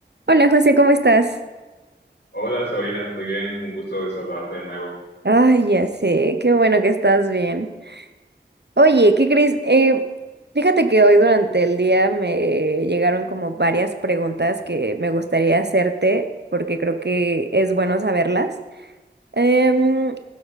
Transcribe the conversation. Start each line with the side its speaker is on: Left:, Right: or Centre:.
Right: Hola José, ¿cómo estás?
Left: Hola Sabrina, muy bien, un gusto de saludarte de nuevo.
Right: Ay, ya sé, qué bueno que estás bien. Oye, ¿qué crees? Eh, fíjate que hoy durante el día me llegaron como varias preguntas que me gustaría hacerte porque creo que es bueno saberlas. Em,